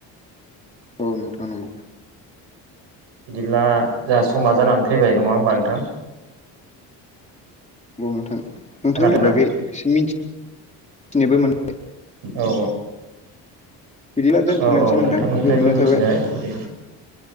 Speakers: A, on the left (about 15°); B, on the right (about 75°).
A: औ नोंथां नंगौ
B: बिदिब्ला जाहा समा जानानै फैबाय नङा होमबा नोंथां
A: औ नोंथां नोंथांनि
B: खोनादोंना
A: बागैबो मिथिनोबो मोन
B: औ औ
A: बिदिब्ला दोनथ'लायनोसै
B: औ औ
A: नोंथां
B: नोंथांनिफ्रायबो
A: गोजोननाय
B: मिथिनो
A: थाबाय
B: हायो